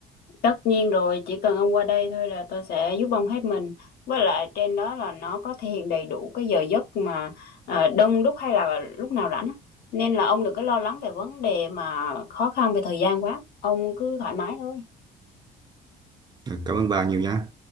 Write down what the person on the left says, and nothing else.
Tất nhiên rồi, chỉ cần ông qua đây thôi là tôi sẽ giúp ông hết mình. Với lại trên đó là nó có thể hiện đầy đủ cái giờ giấc mà ờ, đông đúc hay là lúc nào rảnh. á. Nên là ông đừng có lo lắng về vấn đề mà khó khăn về thời gian quá. Ông cứ thoải mái thôi.